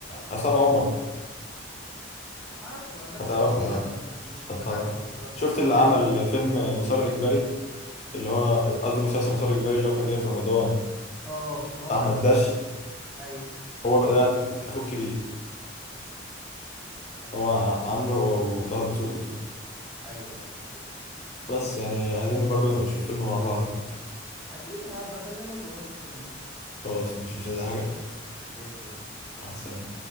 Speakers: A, on the left; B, in the centre.
A: عصام عمر
B: ما اعرفش هو الناس
A: هتعرف
B: الجديدة
A: هتعرف
B: انا ما- مش متابعها
A: هتعرف
B: بس آه،
A: شفت اللي
B: حلوة
A: عمل فيلم مسار إجباري اللي هو قصدي مسلسل مسار إجباري اللي هو كان جاي في رمضان
B: اه رائع
A: بتاع أحمد داش
B: ايوه
A: هو بقى ده أخوه الكبير
B: اشوفه
A: هو عامله هو وطه الدسوقي ده
B: ايوه ايوه هشوفه
A: بس يعني عايزين برضو نبقى نشوف فيلم مع بعض كده
B: اكيد هبقى اكلمك ونروح السينما
A: خلاص ماشي مش عايز أي حاجة
B: تسلم
A: مع السلامة